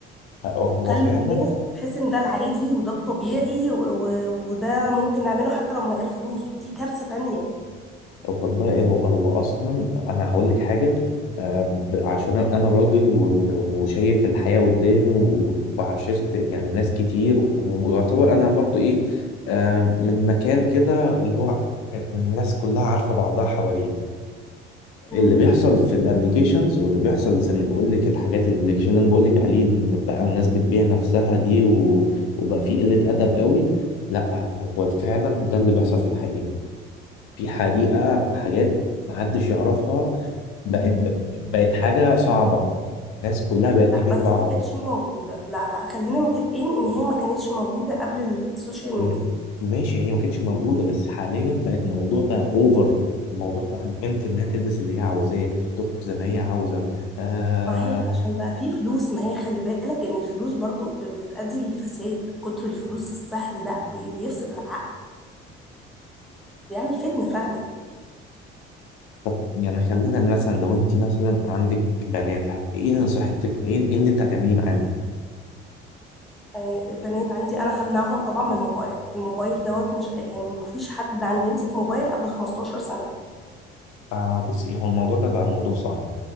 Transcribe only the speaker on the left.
هو هو
فعلا
طب والله هو هو اصلا انا هقول لك حاجه آه، ب- عشان انا راجل و- وشايف الحياه قدامي و- وعاشرت يعني ناس كتير ويعتبر انا برضو ايه آه، من مكان كده اللي هو الناس كلها عارفه بعضها حواليه
اللي بيحصل في الابليكيشنز واللي بيحصل زي ما بقول لك الحاجات الابليكيشن اللي انا بقول لك عليه ان بقى الناس بتبيع نفسها دي و- وبقى في قله ادب قوي لا هو فعلا ده اللي بيحصل في الحقيقه في حقيقة حاجات محدش يعرفها بقت بقت حاجة صعبة الناس كلها بقت
تبيع
بعض
م-
ماشي هي ما كانتش موجودة بس حاليا بقت موضوع بقى اوفر الموضوع بقى البنت انها تلبس اللي هي عاوزاه تخرج زي ما هي عاوزة آه
طب يعني خلينا مثلا لو انت مثلا عندك بنات ايه نصيحتك ايه إيه اللي انت هتعمليه معاهم
آه بصي هو الموضوع ده بقى الموضوع صعب